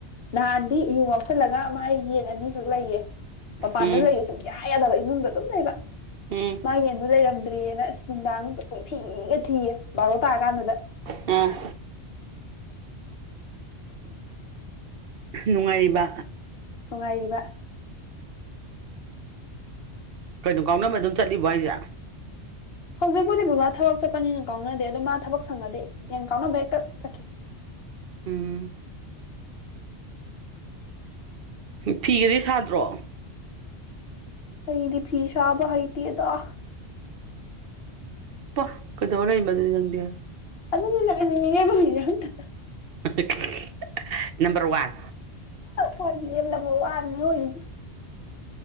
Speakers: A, on the left; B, on the right.
A: ꯅꯍꯥꯟꯗꯤ ꯌꯨ ꯉꯎꯁꯜꯂꯒ ꯃꯥꯏ ꯌꯦꯟ ꯑꯅꯤꯈꯛ ꯂꯩꯌꯦ ꯃꯄꯥꯟꯗ
B: ꯎꯝ
A: ꯂꯩꯌꯦ ꯁꯨꯝ ꯌꯥꯏ ꯌꯥꯗꯕ ꯏꯃꯨꯡꯗ ꯑꯗꯨꯝ ꯂꯩꯕ
B: ꯎꯝ
A: ꯃꯥꯢ ꯌꯦꯟꯗꯣ ꯂꯩꯔꯝꯗ꯭ꯔꯦꯅ ꯑꯁ ꯅꯨꯡꯗꯥꯡ ꯀꯣꯏꯊꯤꯒ ꯊꯤꯌꯦ ꯕꯥꯔꯣ ꯇꯥꯔ ꯀꯥꯟꯗꯨꯗ
B: ꯑꯝ
A: <unintelligible>
B: ꯅꯨꯡꯉꯥꯏꯔꯤꯕ
A: ꯅꯨꯡꯉꯥꯏꯔꯤꯕ
B: ꯀꯩꯅꯣ ꯀꯥꯎꯅꯕ ꯑꯗꯨꯝ ꯆꯠꯂꯤꯕꯣ ꯍꯥꯏꯁꯦ
A: ꯍꯧꯖꯤꯛꯄꯨꯗꯤ ꯕꯕꯥ ꯊꯕꯛ ꯆꯠꯄꯅꯤꯅ ꯀꯥꯎꯅꯗꯦ ꯑꯗꯣ ꯃꯥ ꯊꯕꯛ ꯁꯪꯉꯗꯤ ꯌꯦꯟ ꯀꯥꯎꯅꯕ ꯍꯦꯛꯇ ꯆꯠ
B: ꯎꯝ ꯐꯤꯒꯗꯤ ꯁꯥꯗ꯭ꯔꯣ
A: ꯑꯩꯗꯤ ꯐꯤꯁꯥꯕ ꯍꯩꯇꯤꯗ
B: ꯄ ꯀꯩꯗꯧꯔ ꯂꯩꯕ ꯑꯗꯨꯗꯤ ꯅꯪꯗꯦ
A: ꯑꯗꯨꯗꯅ ꯑꯦꯃꯤꯅꯦꯕꯒ ꯑꯣꯏ ꯍꯟꯗ <unintelligible>
B: <unintelligible> ꯅꯝꯕꯔ ꯋꯥꯟ
A: ꯍꯣꯏ ꯕꯤꯔꯦꯝꯗ ꯃꯔ ꯑꯥꯟꯅꯤ ꯑꯣꯏꯔꯤꯁꯦ